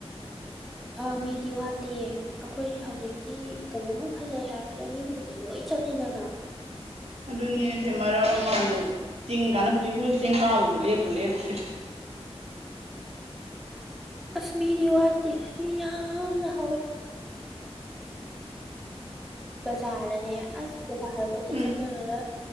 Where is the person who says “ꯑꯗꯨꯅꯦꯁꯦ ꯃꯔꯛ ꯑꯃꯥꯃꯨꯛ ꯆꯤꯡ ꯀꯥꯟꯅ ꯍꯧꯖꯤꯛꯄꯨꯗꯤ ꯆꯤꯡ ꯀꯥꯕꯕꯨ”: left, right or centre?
Right